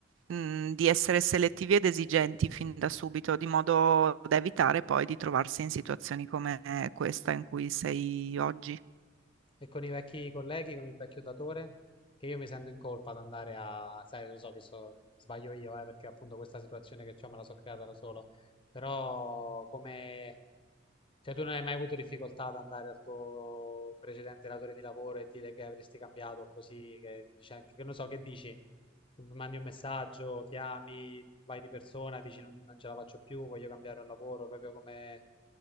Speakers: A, on the right (about 75°); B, on the left (about 25°).
A: mh, di essere selettivi ed esigenti fin da subito, di modo da evitare poi di trovarsi in situazioni come questa in cui sei oggi.
B: E con i vecchi colleghi, con il vecchio datore, che io mi sento in colpa ad andare a, sai, lo so che so, sbaglio io, eh, perché appunto questa situazione che ho me la so creata da solo, però come Cioè, tu non hai mai avuto difficoltà ad andare al tuo precedente datore di lavoro e dire che avresti cambiato così, che, dice, che non so, che dici? Mandi un messaggio, chiami, vai di persona, dici non, non ce la faccio più, voglio cambiare un lavoro, proprio come...